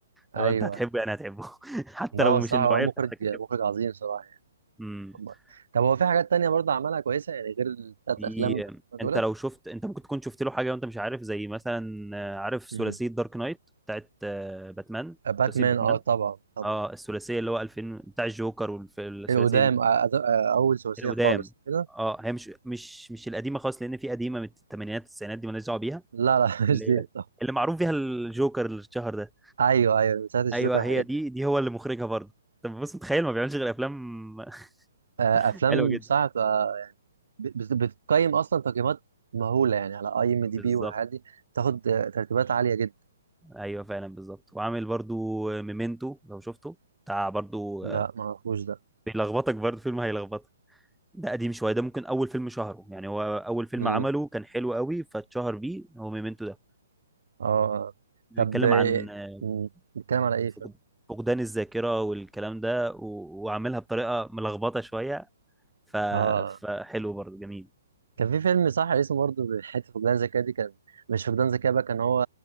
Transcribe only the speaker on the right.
ايوه
لا
هو
صح
هو مخرج
مخرج عظيم صراحه يعني
أمال. طب هو في حاجات تانية برضه عملها كويسه يعني غير الثلاث
افلام دولت؟
مم.
باتمان
اه طبعا طبعا
القدام
آه، أد- آه، اول ثلاثيه
خالص كده
لا لا <laughs>
مش دي
طب.
ايوه ايوه من ساعه الجوكر
والحاجات
دي
آه،
افلام
بصراحه بتبقى بت- بتقيم اصلا تقييمات مهوله يعني على اي ام
دي بي والحاجات دي بتاخد آه، ترتيبات عاليه جدا
لا ما اعرفوش ده
امم
اه آه.
طب آه،
مم، بنتكلم على ايه
فيلم
اه
كان في فيلم صح اسمه برضه حته فقدان ذكاء دي كان مش فقدان ذكاء بقى كان هو